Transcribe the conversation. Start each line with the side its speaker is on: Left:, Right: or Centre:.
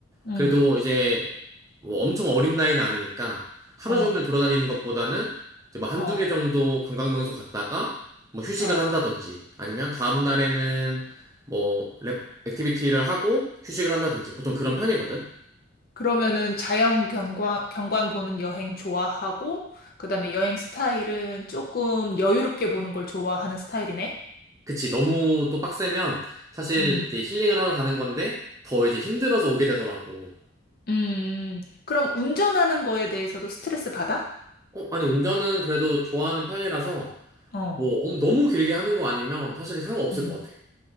Left: 응,
Right: 그래도 이제 뭐 엄청 어린 나이는 아니니까 하루
Left: 어,
Right: 종일 돌아다니는 것보다는 이제 뭐 한두
Left: 어,
Right: 개 정도 관광명소 갔다가 뭐 휴식을
Left: 어.
Right: 한다든지 아니면 다음 날에는 뭐 랩, 액티비티를 하고 휴식을 한다든지 보통 그런 편이거든.
Left: 그러면은 자연 경관, 경관 보는 여행 좋아하고, 그다음에 여행 스타일은 조금 여유롭게 보는 걸 좋아하는 스타일이네.
Right: 그치. 너무 또 빡세면 사실
Left: 음.
Right: 이제 힐링을 하러 가는 건데 더 이제 힘들어서 오게 되더라고.
Left: 음. 그럼 운전하는 거에 대해서도 스트레스 받아?
Right: 어, 아니 운전은 그래도 좋아하는 편이라서
Left: 어.
Right: 뭐 엄- 너무 길게 하는 거 아니면 사실 상관없을
Left: 음.
Right: 것 같아.